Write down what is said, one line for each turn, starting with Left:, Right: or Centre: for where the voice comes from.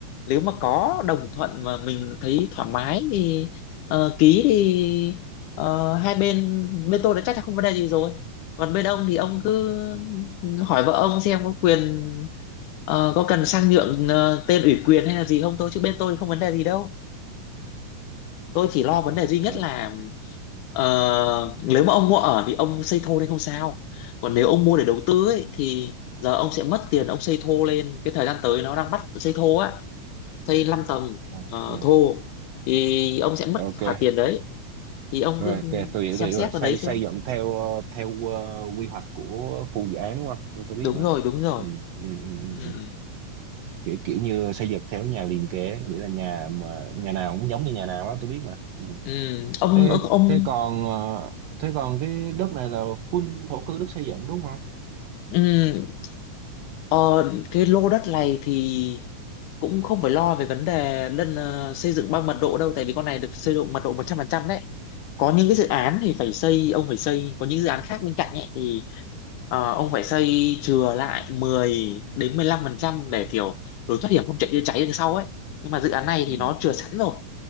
Left: nếu mà có đồng thuận mà mình thấy thoải mái thì ờ, ký thì ờ, hai bên bên tôi đã chắc chắn không vấn đề gì rồi còn bên ông thì ông cứ hỏi vợ ông xem có quyền ờ, có cần sang nhượng ờ, tên ủy quyền hay là gì không thôi chứ bên tôi không vấn đề gì đâu tôi chỉ lo vấn
Right: ok
Left: đề duy nhất là Ờ, nếu mà ông mua ở thì ông xây thô lên không sao còn nếu ông mua để đầu tư ấy thì giờ ông sẽ mất tiền ông xây thô lên cái thời gian tới nó đang bắt xây thô á xây 5 tầng
Right: ok
Left: ờ, thô thì ông sẽ mất
Right: ok
Left: cái khoản tiền đấy thì ông
Right: rồi
Left: cứ
Right: kìa tôi hiểu
Left: xem
Right: tôi hiểu
Left: xét
Right: rồi xây
Left: vào đấy xem
Right: xây dựng theo ờ, theo ờ, quy hoạch của khu dự án đúng không tôi tôi biết
Left: đúng
Right: mà
Left: rồi đúng rồi
Right: ừ, ừ, ừ, ừ.
Left: ừ.
Right: ừ. kiểu kiểu như xây dựng theo nhà liền kề nghĩa là nhà mà nhà nào cũng giống như nhà nào á tôi biết mà ừ.
Left: Ừ. ông
Right: thế
Left: ông
Right: thế còn ờ, thế còn cái đất này là full thổ cư đất xây dựng đúng không
Left: ừ. Ờ, cái lô đất này thì cũng không phải lo về vấn đề lân ờ, xây dựng bằng mật độ đâu tại vì con này được xây dựng mật độ 100% đấy có những cái dự án thì phải xây ông phải xây có những dự án khác bên cạnh ấy thì ờ, ông phải xây chừa lại 10 đến 15% để kiểu lối thoát hiểm không chạy chữa cháy đằng sau ấy nhưng mà dự án này
Right: ừ,
Left: thì nó chừa sẵn rồi